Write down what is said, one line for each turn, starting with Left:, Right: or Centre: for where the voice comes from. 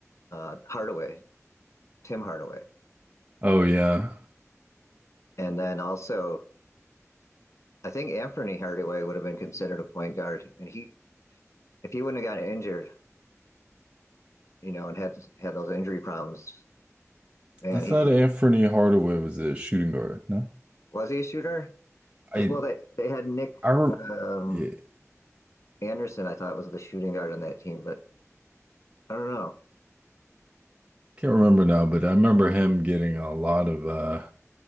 Left: uh, Hardaway, Tim Hardaway.
Right: Oh yeah,
Left: And then also, I think Anthony Hardaway would have been considered a point guard, and he if he wouldn't have gotten injured, you know, and had had those injury problems, man,
Right: I thought
Left: he could
Right: Anthony Hardaway was a shooting guard. No,
Left: was he a shooter? Because
Right: I
Left: well, they they had Nick
Right: I re
Left: um,
Right: yeah,
Left: Anderson, I thought was the shooting guard on that team, but I don't know.
Right: can't remember now, but I remember him getting a lot of uh